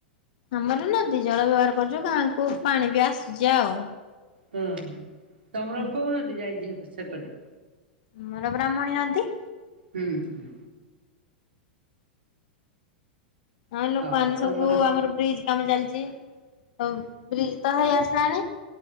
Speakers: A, on the left; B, on the right.
A: ଆମର ନଦୀ ଜଳ ବ୍ୟବହାର କରୁଚୁ ଗାଁକୁ ପାଣି ବି ଆସୁଚି ଆଉ।
B: ହୁଁ ହୁଁ ତମର
A: ହୁଁ
B: କୋଉ ନଦୀ ଯାଇଚି ହେ ସେକଡେ?
A: ଆମର ବ୍ରାହ୍ମଣୀ ନଦୀ।
B: ହୁଁ ହୁଁ।
A: ହଁ ଲୋକମାନେ
B: ହଉ ତମର
A: ସବୁ ଆମର ବ୍ରିଜ କାମ ଚାଲିଚି ତ ବ୍ରିଜ ତ ହେଇ ଆସିଲାଣି।